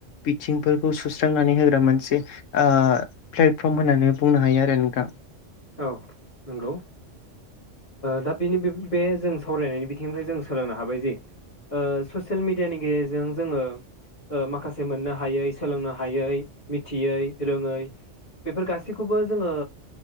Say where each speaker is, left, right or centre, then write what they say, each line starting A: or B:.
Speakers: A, on the left; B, on the left.
A: बिथिंफोरखौ सुस्रांनानै होग्रा मोनसे आ प्लेटफर्म होननानै बुंनो हायो आरो नोंथां
B: औ नंगौ दा बेनि बे जों सावरायनायनि बिथिंनिफ्राय जों सोलोंनो हाबाय जि ओ ससियेल मिेडियानि गेजेरजों जोङो माखासे मोननो हायै सोलोंनो हायै मिथियै रोङै बेफोर गासैखौबो जोङो